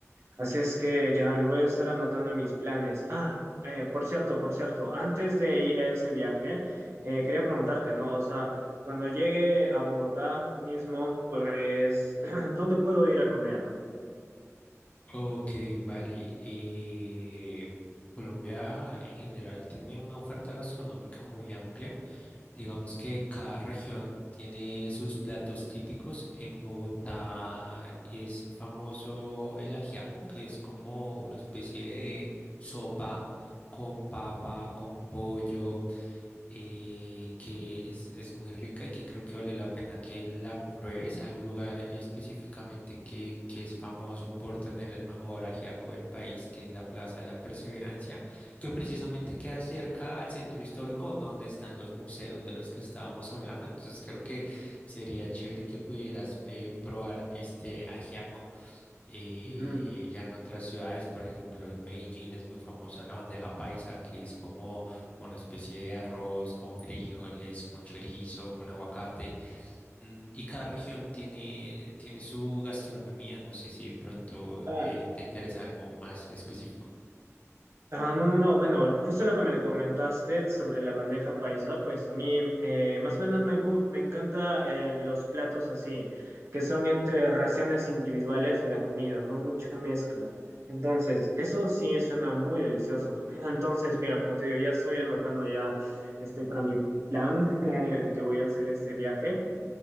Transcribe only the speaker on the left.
Ok, vale. eh, Colombia en general tiene una oferta gastronómica muy amplia. Digamos que cada región tiene sus platos típicos. En Bogotá es famoso el ajiaco, que es como una especie de sopa con papa, con pollo. eh, que es, es muy rica y que creo que vale la pena que la pruebes. Hay un lugar específicamente que, que es famoso por tener el mejor ajiaco del país, que es la Plaza de la Perseverancia, que precisamente queda cerca al centro histórico donde están los museos de los que estábamos hablando. Entonces creo que sería chévere que pudieras eh, probar este ajiaco. Eh,
ya en otras ciudades, por ejemplo, en Medellín es muy famosa la bandeja paisa, que es como una especie de arroz con frijoles, con chorizo, con aguacate. Mm, Y cada región tiene, tiene su gastronomía. No sé si de pronto
eh, te interesa algo más específico.